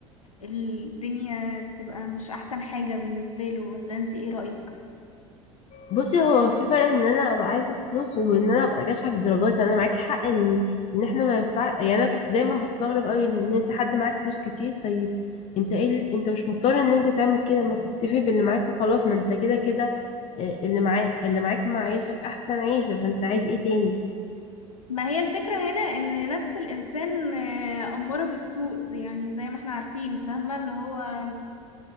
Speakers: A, on the left; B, on the left.
A: الدنيا تبقى مش احسن حاجة بالنسبة له ولا انت ايه رأيك
B: بصي هو في فرق ان انا ابقى عايزة فلوس وان انا ابقى جشعة بالدرجات يعني انا معاكي حق ان ان احنا ما ينفع يعني انا كنت دايما بستغرب قوي ان انت حد معاك فلوس كتير طيب انت ايه ال- انت مش مضطر ان انت تعمل كده ما تكتفي باللي معاك وخلاص ما انت كده كده آه، اللي معاك اللي معاك معيشك احسن عيشة فانت عايز ايه تاني
A: ما هي الفكرة هنا ان نفس الانسان آه، اماره بالسوء زي- يعني زي ما احنا عارفين فاهمة اللي هو آه،